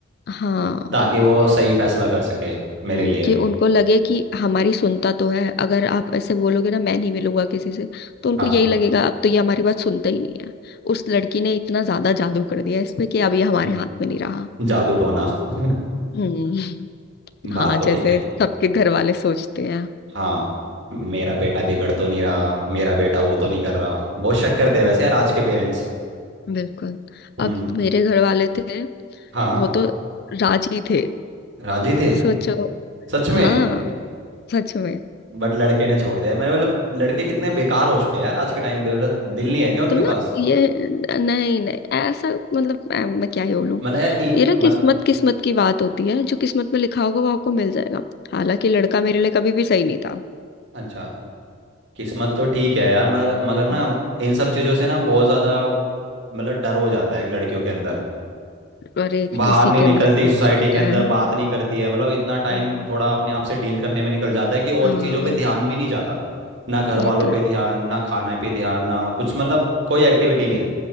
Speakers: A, on the left; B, on the right.
A: हाँ
B: ताकि वो सही फैसला कर सके मेरे
A: हम्म,
B: लिए
A: कि उनको लगे कि हमारी सुनता तो है अगर आप ऐसे बोलोगे ना मैं नहीं मिलूंगा किसी से तो उनको
B: हाँ
A: यही लगेगा अब तो ये हमारी बात सुनता ही नहीं है उस लड़की ने इतना ज्यादा जादू कर दिया इस पे कि अब ये हमारे
B: हम्म,
A: हाथ में नहीं रहा
B: जादू टोना <laughs>
A: हम्म
B: बात
A: हाँ
B: तो
A: जैसे
B: ठीक है
A: सबके घर वाले सोचते हैं
B: हाँ मेरा बेटा बिगड़ तो नहीं रहा मेरा बेटा वो तो नहीं कर रहा बहुत शक करते हैं वैसे यार आज के पेरेंट्स
A: बिल्कुल
B: हम्म
A: अब मेरे घर वाले थे
B: हाँ
A: वो तो राजी थे
B: राजी थे
A: सोचो
B: सच में
A: हाँ सच में
B: बट लड़के ने छोड़ दिया मेरे मतलब लड़के कितने बेकार हो चुके हैं यार आज के टाइम पे मतलब दिल नहीं है क्या उनके
A: तो ना
B: पास
A: ये नहीं नहीं ऐसा मतलब अ, मैं क्या ही बोलूं
B: मतलब यार इ-
A: ये ना
B: मतलब
A: किस्मत किस्मत की बात होती है जो किस्मत में लिखा होगा वो आपको मिल जाएगा हालांकि लड़का मेरे लिए कभी भी सही नहीं था
B: अच्छा किस्मत तो ठीक है यार मगर मगर ना
A: हम्म,
B: इन सब चीज़ों से ना बहुत ज़्यादा मतलब डर हो जाता है एक लड़कियों के अंदर
A: अरे
B: बाहर
A: किसी
B: नहीं
A: के
B: निकलती
A: अंदर भी
B: सोसाइटी
A: हो जाता
B: के अंदर
A: है
B: बात नहीं करती है मतलब इतना टाइम
A: हम्म।
B: थोड़ा अपने आप से डील करने में निकल जाता है कि और
A: हाँ
B: चीज़ों पे ध्यान भी नहीं जाता ना घर
A: ये
B: वालों
A: तो है
B: पे ध्यान ना खाने पे ध्यान ना कुछ मतलब कोई एक्टिविटी नहीं